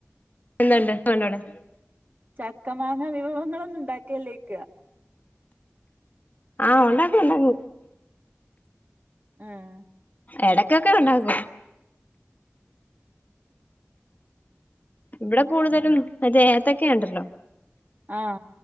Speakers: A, on the left; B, on the right.
A: എന്തൊണ്ട് <unintelligible>
B: ചക്കമാങ്ങ വിഭവങ്ങളൊന്നും ഉണ്ടാക്കലില്ലേ ചോയ്ക്കാ
A: ആഹ് ഉണ്ടാക്കും ഉണ്ടാക്കും
B: ആഹ്
A: എടയ്ക്കൊക്കെ ഉണ്ടാക്കും ഇവിടെ കൂടുതലും മറ്റെ ഏ ത്തക്കഉണ്ടല്ലോ
B: ആ